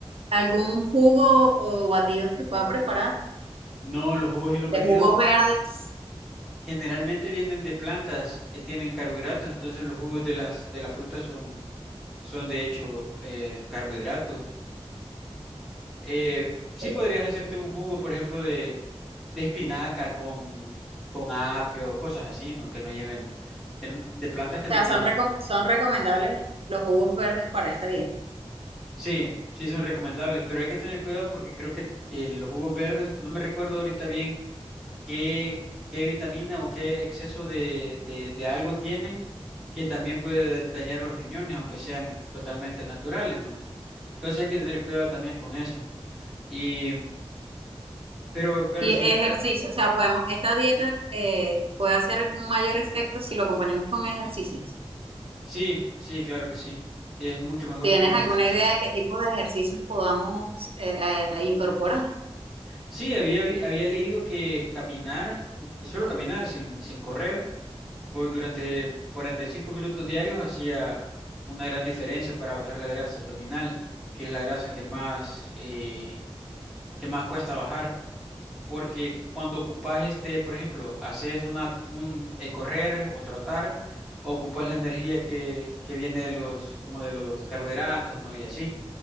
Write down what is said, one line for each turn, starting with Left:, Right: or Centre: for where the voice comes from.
Right: algún jugo o batidos que pueda preparar,
Centre: No, los jugos y los batidos
Right: de jugos verdes.
Centre: generalmente vienen de plantas que tienen carbohidratos, entonces los jugos de las, de las frutas son, son de hecho eh, carbohidratos. Eh, sí
Right: O
Centre: podrías hacerte un jugo, por ejemplo, de, de espinaca con, con apio, cosas así, ¿no? Que no lleven, que no- de plantas que no
Right: sea,
Centre: tienen.
Right: son, recom- son recomendables los los jugos verdes para esta dieta.
Centre: Sí, sí son recomendables, pero hay que tener cuidado porque creo que eh, los jugos verdes, no me recuerdo ahorita bien qué, qué vitamina o qué exceso de, de, de algo tienen que también puede dañar los riñones, aunque sean totalmente naturales, ¿no? Entonces hay que tener cuidado también con eso. Y, pero, pero
Right: Y
Centre: sí
Right: ejercicio, o sea, podemos, esta dieta eh, puede hacer un mayor efecto si lo acompañamos con ejercicios.
Centre: Sí, sí, claro que sí. Es mucho mejor
Right: ¿Tienes
Centre: con ejercicio.
Right: alguna idea de qué tipo de ejercicios podamos eh, a- a incorporar?
Centre: Sí, había, vi- había leído que caminar, solo caminar sin, sin correr, por, durante 45 minutos diarios hacía una gran diferencia para bajar la grasa abdominal, que es la grasa que más, eh, que más cuesta bajar. Porque cuando ocupas este, por ejemplo, haces una, un eh, correr o trotar, ocupas la energía que, que viene de los, como de los carbohidratos, ¿no? Y así.